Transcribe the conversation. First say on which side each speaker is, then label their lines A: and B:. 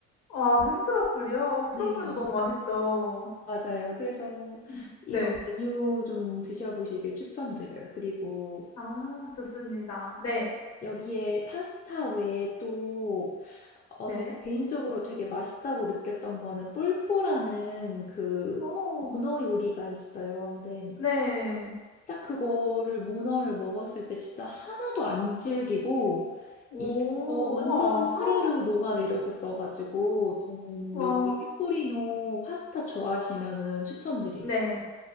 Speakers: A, on the left; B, on the left.
A: 아 생트러플이요? 어
B: 네,
A: 트러플도 너무 맛있죠.
B: 맞아요. 그래서
A: 음.
B: 이거
A: 네.
B: 메뉴 좀 드셔보시길 추천드려요. 그리고
A: 아 좋습니다. 네.
B: 여기에 파스타 외에 또, 어,
A: 네.
B: 제가 개인적으로 되게 맛있다고 느꼈던 거는 뽈뽀라는 그
A: 오.
B: 문어 요리가 있어요. 근데
A: 네.
B: 딱 그거를 문어를 먹었을 때 진짜 하나도 안 질기고
A: 오.
B: 입에서 완전
A: 우와.
B: 사르르
A: 헉,
B: 녹아내렸었어가지고 저는
A: 와.
B: 여기 페코리노 파스타 좋아하시면은 추천드릴게요.
A: 네.